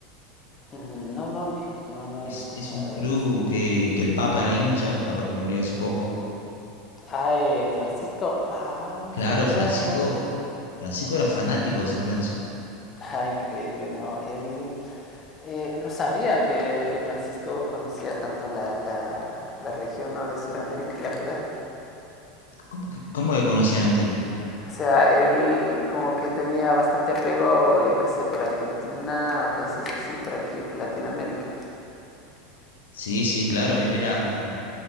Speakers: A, on the left; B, on the left.
A: No, no, no, no había
B: Es,
A: escuchado
B: es un club
A: de ellos.
B: que, que el Papa era hincha, el Papa que murió hace poco.
A: Ay, Francisco, ah, no
B: Claro,
A: sabía,
B: Francisco,
A: mira. <laughs>
B: Francisco era fanático de San Lorenzo.
A: Ah, increíble, ¿no? Él Eh, no sabía que, que, Francisco conocía tanto la, la, la región ¿no? de Sudamérica, la verdad.
B: ¿Cómo que, cómo que conocía? No entiendo.
A: O sea, él como que tenía bastante apego, yo qué sé, por Argentina, países así, por aquí, por Latinoamérica.
B: Sí, sí, claro, él era,